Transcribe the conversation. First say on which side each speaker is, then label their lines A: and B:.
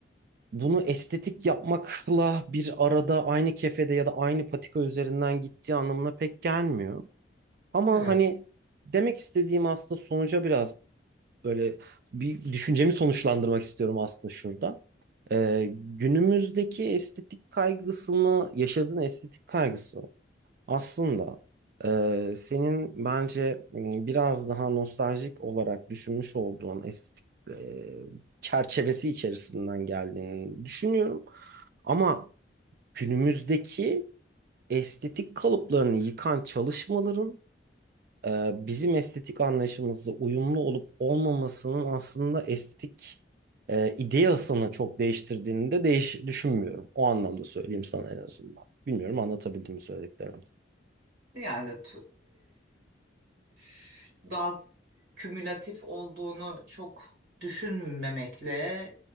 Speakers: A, on the right; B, on the right.
A: bunu estetik yapmakla bir arada aynı kefede ya da aynı patika üzerinden gittiği anlamına pek gelmiyor. Ama
B: Evet.
A: hani demek istediğim aslında sonuca biraz böyle bir düşüncemi sonuçlandırmak istiyorum aslında şurada. Ee, günümüzdeki estetik kaygısını, yaşadığın estetik kaygısı aslında e, senin bence m, biraz daha nostaljik olarak düşünmüş olduğun estetik e, çerçevesi içerisinden geldiğini düşünüyorum. Ama günümüzdeki estetik kalıplarını yıkan çalışmaların e, bizim estetik anlayışımızla uyumlu olup olmamasının aslında estetik e, ideasını çok değiştirdiğini de değiş düşünmüyorum. O anlamda söyleyeyim sana en azından. Bilmiyorum anlatabildim mi söylediklerimi.
B: Yani ş- daha kümülatif olduğunu çok düşünmemekle